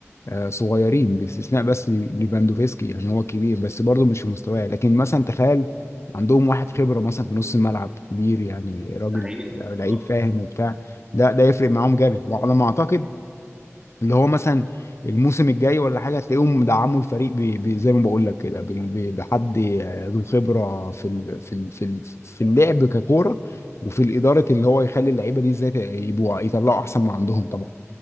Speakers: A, on the left; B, on the right.
A: آه، صغيرين باستثناء بس ليفاندوفسكي يعني هو كبير بس برضه مش في مستواه لكن مثلا تخيل عندهم واحد خبرة مثلا في نص الملعب كبير يعني راجل
B: ده حقيقي
A: لعيب
B: اه
A: فاهم وبتاع ده ده يفرق معاهم جامد وعلى ما اعتقد اللي هو مثلا الموسم الجاي ولا حاجه هتلاقيهم دعموا الفريق ب... ب... زي ما بقول لك كده بال- ب... بحد آه، ذو خبره في ال... في ال... في ال... في اللعب ككوره وفي الاداره اللي هو يخلي اللعيبه دي ازاي ت- يبقوا يطلعوا احسن ما عندهم طبعا